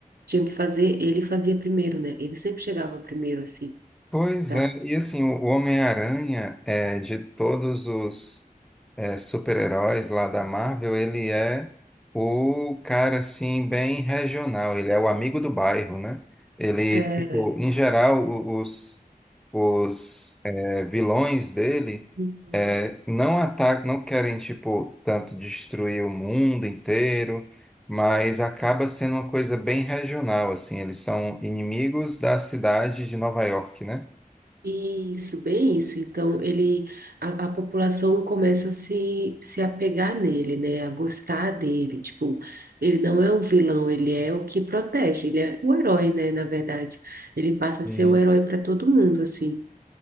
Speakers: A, on the right; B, in the centre.
A: tinham que fazer, ele fazia primeiro, né? Ele sempre chegava primeiro assim.
B: Pois
A: pra-
B: é, e assim, o o Homem-Aranha, é, de todos os é, super-heróis lá da Marvel, ele é o cara, assim, bem regional, ele é o amigo do bairro, né? Ele,
A: É.
B: tipo, em geral, o- os, os é, vilões dele
A: Uhum.
B: é, não atacam, não querem, tipo, tanto destruir o mundo inteiro, mas acaba sendo uma coisa bem regional, assim, eles são inimigos da cidade de Nova York, né?
A: Isso, bem isso. Então ele a, a população começa a se se apegar nele, né? A gostar dele, tipo, ele não é um vilão, ele é o que protege, ele é o herói, né, na verdade. Ele passa
B: Sim.
A: a ser o herói para todo mundo assim.